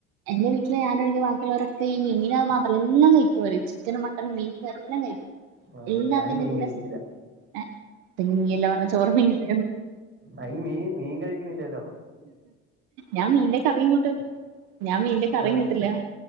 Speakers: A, on the right (about 75°); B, on the right (about 30°).
A: എന്റെ വീട്ടില് ഞാനൊഴികെ ബാക്കിയുള്ളോരൊക്കെ ഈ മീന് മീൻ മാത്രല്ല എല്ലാം കഴിക്കവര് ചിക്കനും മട്ട ബീഫ് എല്ലാം കഴിക്കും
B: ആഹ്
A: എല്ലാത്തിന്റെ
B: ഞാന് മീൻ കഴിക്കില്ല
A: <inaudible>
B: അയിന് മീ മീൻ കഴികിണില്ലല്ലോ
A: ഞാം മീന്റെ കറിയും കൂട്ടും ഞാം മീന്റെ കറിയും
B: കറി
A: കൂട്ടില്ലാ